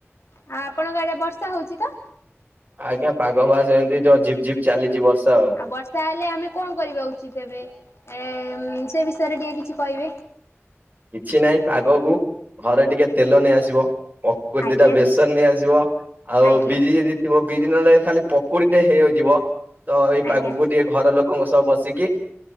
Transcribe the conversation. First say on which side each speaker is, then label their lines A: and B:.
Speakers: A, on the left; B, on the right.
A: ଆ ଆପଣଙ୍କ ଆଡ଼େ ବର୍ଷା ହଉଚି ତ?
B: ଆଜ୍ଞା ପାଗ ବାସ୍ ଏନ୍ତି ଯୋଉ ଝିପ୍ ଝିପ୍ ଚାଲିଚି ବର୍ଷା ଆଉ।
A: ଆଉ ବର୍ଷା ହେଲେ ଆମେ କଁ କରିବା ଉଚିତ୍ ଏବେ ଏ ସେ ବିଷୟରେ ଟିକେ କିଛି କହିବେ।
B: କିଛି ନାହିଁ ପାଗକୁ ଘରେ ଟିକେ ତେଲ ନେଇଆସିବ। ପକୁ
A: ଆଜ୍ଞା
B: ଦିଟା ବେସନ ନେଇଆସିବ ଆଉ
A: ଆଜ୍ଞା
B: ବିରି ଏଦି ଥିବ ବିରି ନହେଲେ ଖାଲି ପକୁଡି଼ଟେ ହେଇ ଆଉ ଯିବ ତ ଏଇ
A: ଆଜ୍ଞା
B: ପାଗୁକୁ ଟିକେ ଘର ଲୋକଙ୍କ ସହ ବସିକି